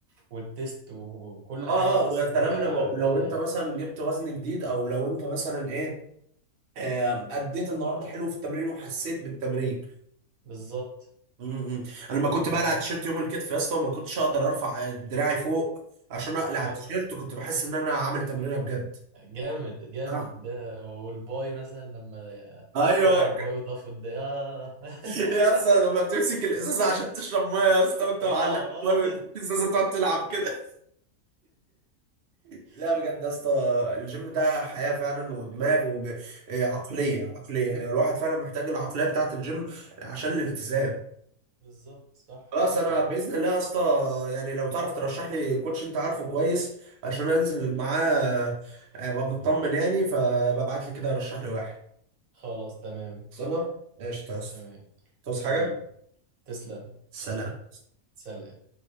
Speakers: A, on the right; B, on the right.
A: والتيست وكل
B: اه
A: حاجة
B: اه
A: بس
B: ويا سلام
A: بيفرقع
B: لو
A: الدنيا
B: لو انت مثلا جبت وزن جديد او لو انت مثلا ايه آه، اديت النهارده حلو في التمرين وحسيت بالتمرين
A: بالظبط
B: امم انا لما كنت
A: مم.
B: بقلع التيشيرت يوم الكتف يا اسطى وما كنتش اقدر ارفع دراعي فوق عشان اقلع
A: اه
B: التيشيرت وكنت بحس ان انا عامل تمرينه بجد
A: جامد جامد
B: آه.
A: ده والباي مثلا لما
B: ايوه
A: تلعب
B: <laughs>
A: باي وتقف ده ياه. <laughs>
B: يا اسطى لما بتمسك الازازه عشان تشرب ميه يا اسطى وانت
A: اه
B: معلق ميه
A: اه
B: والازازه تقعد تلعب كده
A: <laughs>
B: لا بجد يا اسطى الجيم ده حياه فعلا ودماغ وعقليه عقليه عقلية. هي الواحد فعلا محتاج العقليه بتاعت الجيم عشان الالتزام
A: بالظبط صح
B: خلاص انا
A: صح
B: باذن الله يا اسطى يعني لو تعرف ترشح لي كوتش انت عارفه كويس عشان انزل معاه آه، ابقى مطمن يعني فببعت لي كده رشح لي واحد
A: خلاص تمام
B: خلصانه قشطه يا اسطى
A: تمام
B: تصحى
A: حبيبي
B: حاجه
A: تسلم
B: سلام
A: سلام